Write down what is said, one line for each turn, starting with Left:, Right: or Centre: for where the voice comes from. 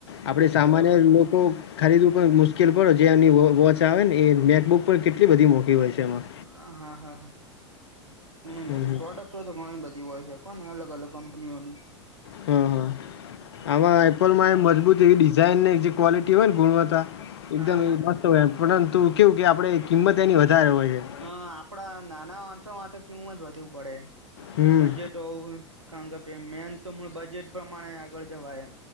Right: હમ
Left: આપડે
Right: હમ
Left: સામાન્ય
Right: હોય હોય
Left: લોકો ખરીદવું પણ મુશ્કેલ પડે જે એની વોચ આવે ને એ મેકબુક પર કેટલી બધી મોકીી હોય છે એમાં.
Right: હા હા હા હ
Left: હમ,
Right: બધું
Left: હમ.
Right: પ્રોડક્ટ. તો ઘણી બધી હોય છેકો ને અલગ અલગ કંપનીઓની.
Left: હમ હમ. આમાં એપલ માં એ મજબૂત એવી ડિઝાઇન ને જે ક્વોલિટી હોય ને ગુણવત્તા. એકદમ
Right: હા
Left: એ
Right: હા
Left: મસ્ત હોયમ પરંતુ કેવું કે આપડે કિંમત એની વધારે હોય છે.
Right: હ આપડા નાના માણસો માટે કેવ જ વધુ પડે
Left: હમ.
Right: બજેટ. તો કારણ કે ભ મેન તો બજેટ પ્રમાણે આગળ જવાયમ.